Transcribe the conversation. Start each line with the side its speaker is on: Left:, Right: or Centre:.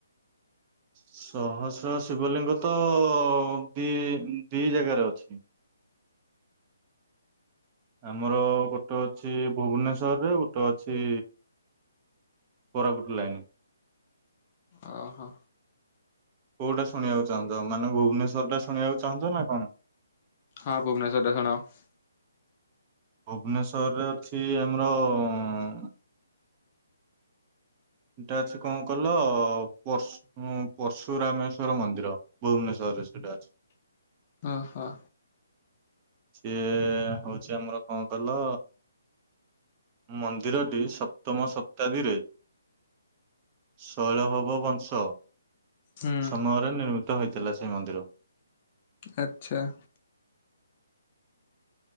Right: ସହସ୍ର ଶିବଲିଙ୍ଗ ତ ଦି ଦି ଜାଗାରେ ଅଛି। ଆମର ଗୋଟେ ଅଛି ଭୁବନେଶରେ ଗୋଟେ ଅଛି କୋରାପୁଟ ଲାଇନି।
Left: ଅ ହ।
Right: କୋଉଟା ଶୁଣିବାକୁ ଚାହୁଁଚ ମାନେ ଭୁବନେଶ୍ଵର ଟା ଶୁଣିବାକୁ ଚାହୁଁଛ ନା କଣ?
Left: ହଁ ଭୁବନେଶ୍ୱର ଟା ଶୁଣାଅ
Right: ଭୁବନେଶ୍ୱରରେ ଅଛି ଆମର ଏଟା ଅଛି କଁ କଲ ପଶୁ ହୁଁ ପର୍ଶୁରାମେଶ୍ଵର ମନ୍ଦିର ଭୁବନେଶ୍ଵରରେ ସେଇଟା ଅଛି।
Left: ଓହୋ
Right: ସିଏ ହଉଛି ଆମର କଣ କଲ ମନ୍ଦିରଟି ସପ୍ତମ ଶତାବ୍ଦୀରେ ଶୈଳଭାବ ବଂଶ
Left: ହୁଁ
Right: ସମୟରେ ନିର୍ମିତ ହେଇଥିଲା ସେଇ ମନ୍ଦିର।
Left: ଆଚ୍ଛା।